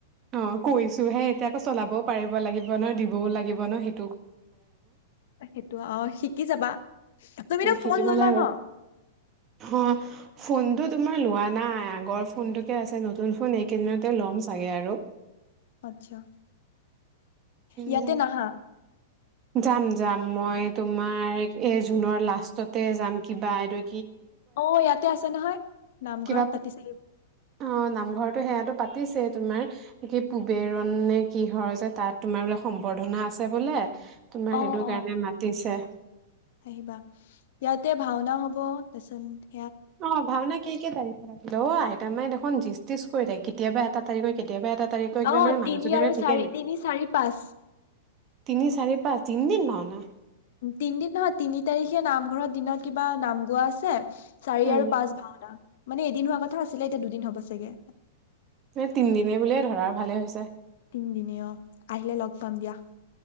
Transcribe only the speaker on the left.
সেইটো অ শিকি যাবা। তুমিতো
ফোন ললা
ন
আচ্ছা।
ইয়াতে নাহা?
অ ইয়াতে আছে নহয় নামঘৰত
পাতিছিলো।
অ
অ
আহিবা। ইয়াতে ভাওনা হব তাৰ পাছত
অ',
তিনি আৰু
চাৰি।
তিনি-চাৰি-পাঁচ,
তিনদিন নহয়। তিনি তাৰিখে নামঘৰত দিনত, কিবা নাম-গোৱা আছে চাৰি
আৰু পাঁচ, ভাওনা মানে, এদিন হোৱা কথা আছিলে। এতিয়া দুদিন হ'ব, চাগে
তিনদিনে, অ', আহিলে লগ পাম। দিয়া।